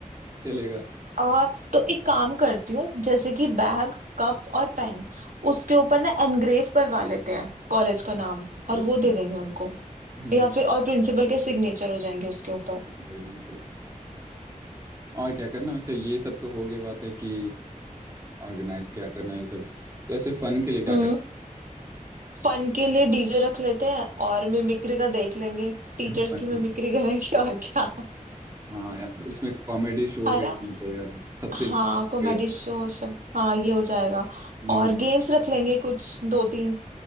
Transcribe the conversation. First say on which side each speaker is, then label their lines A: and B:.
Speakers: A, on the right; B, on the right.
A: चलेगा
B: आ, तो एक काम करती हूँ जैसे कि बैग कप और पेन उसके ऊपर ना एनग्रेव करवा लेते हैं कॉलेज का नाम
A: कॉलेज
B: और वो दे
A: में
B: देंगे उनको
A: हम्म
B: या फिर और प्रिंसिपल के सिग्नेचर हो जाएंगे उसके ऊपर
A: बढ़िया पर और क्या करना वैसे ये सब तो हो गई बात है कि ऑर्गेनाइज क्या करना है ये सब तो ऐसे फन के लिए क्या
B: हम्म
A: करना
B: फन के लिए डीजे रख लेते हैं और मिमिक्री का देख लेंगे टीचर्स
A: <laughs> Fun।
B: की मिमिक्री करेंगे और क्या <laughs>
A: हाँ यार उसमें कॉमेडी शो
B: है
A: भी
B: ना
A: होना चाहिए यार सबसे
B: हाँ
A: important
B: कॉमेडी
A: मेरा।
B: शो सब हाँ ये हो जाएगा
A: हम्म,
B: और गेम्स रख लेंगे कुछ दो तीन